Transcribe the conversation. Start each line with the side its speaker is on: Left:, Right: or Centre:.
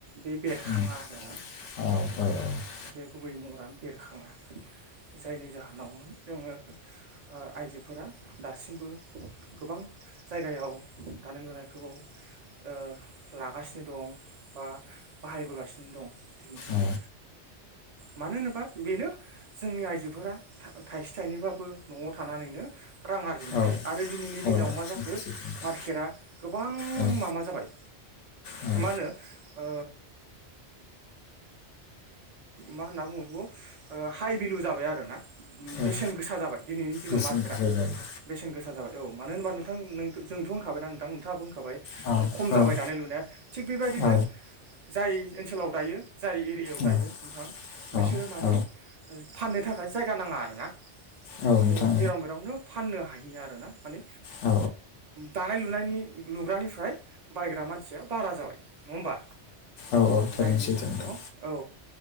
Right: बे बेरखाङा
Left: ओं
Right: आरो ना
Left: औ औ औ
Right: बे गुबै महरा बेरखाङा जायनि जाहोनावमोन जोङो ओ आइजोफोरा दासिमबो गोबां जायगायाव दानाय लुनायखौ ओ लागासिनो दं बा बाहायबोगासिनो दं दिनैसिमबो
Left: औ
Right: मानो होनोबा बेनो जोंनि आइजोफोरा था-थाइसे थाइनैबाबो न'आव थाना नैनो रां आरजिनो हायो
Left: औ
Right: आरो दिनैनि दिनाव
Left: औ
Right: मा
Left: सैथो
Right: जाखो
Left: सैथो नोंथां
Right: मार्केटआ गोबां
Left: औ
Right: माबा जाबाय
Left: औ
Right: मा होनो ओ मा होनना बुङो? बे हाइ भेलु जाबाय आरो ना बेसेन
Left: औ
Right: गोसा जाबाय। दिनैनि दिनाव
Left: बेसेन
Right: मार्केटआ
Left: गोसा जायो
Right: बेसेन गोसा जाबाय औ मानो होनबा नोंथांथ जोंथ' होनखाबायना नोंथां नोंथाङाबो होखाबाय
Left: औ
Right: माने खम जाबाय
Left: औ
Right: दानाय लुनाया थिग बेबायदिनो
Left: औ
Right: जाय ओनसोलाव दायो जाय एरियायाव
Left: औ
Right: दायो नोंथां
Left: औ
Right: बिसोरो माने
Left: औ
Right: फाननो थाखाय जायगा नाङा आरोना ।
Left: औ
Right: माने
Left: नोंथां
Right: जेराव मेरावनो फाननो हायो आरो ना माने।
Left: औ
Right: दानाय लुनायनि लुग्रानिफ्राय बायग्रा मानसिया बारा जाबाय नङा होमबा?
Left: औ थारैनो
Right: जायनि
Left: सैथो
Right: जाहोनाव
Left: नोंथां
Right: औ